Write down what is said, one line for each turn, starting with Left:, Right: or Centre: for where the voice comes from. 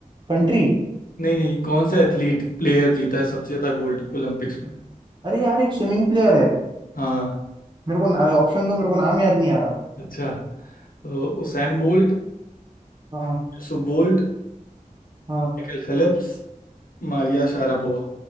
Right: कंट्री
Left: नहीं नहीं कौन सा एथलीट प्लेयर जीता है सबसे ज्यादा गोल्ड ओलंपिक्स में
Right: अरे यार एक स्विमिंग प्लेयर है
Left: हाँ
Right: मेरे को ऑप्शन दो मेरे को नाम याद नहीं आ रहा
Left: अच्छा तो Usain Bolt
Right: हाँ
Left: Yusuf Bolt
Right: हाँ
Left: Michael Phelps Maria Sharapova